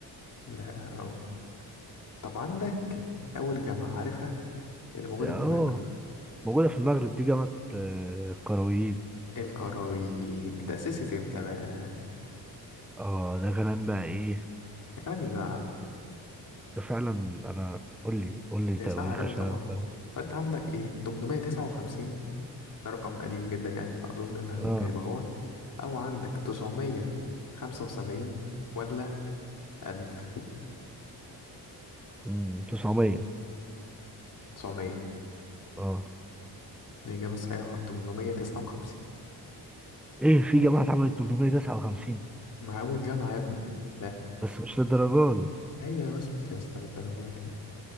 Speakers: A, on the left; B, in the centre.
A: لا اه طب عندك أول جامعة عارفها اللي موجودة
B: اه
A: في المغرب
B: موجودة في المغرب دي جامعة آه القرويين
A: القرويين اتأسست امتى بقى
B: اه ده كلام بقى ايه
A: ده كلام يزعل
B: ده فعلا انا قول لي قول لي
A: ده
B: تواريخ
A: يزعل أوي
B: عشان
A: طبعا
B: أنا مش فاهم.
A: فأنت عندك ايه 859 ده رقم قديم جدا يعني فأظن إنها ممكن
B: اه
A: يبقى هو أو عندك تسعمية خمسة وسبعين ولا ألف
B: امم 900
A: تسعمية
B: اه
A: الإجابة صحيحة غلط. تمنمية تسعة وخمسين
B: ايه في جامعة اتعملت 859
A: مع أول جامعة يا ابني لا
B: بس مش للدرجة دي
A: هي وصلت يا اسطى بالدرجة دي